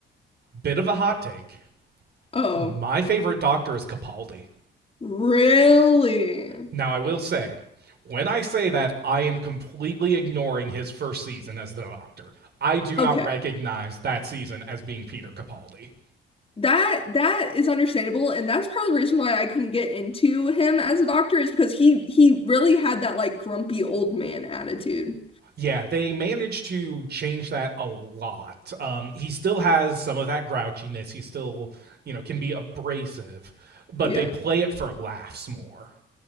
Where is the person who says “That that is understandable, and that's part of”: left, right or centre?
Left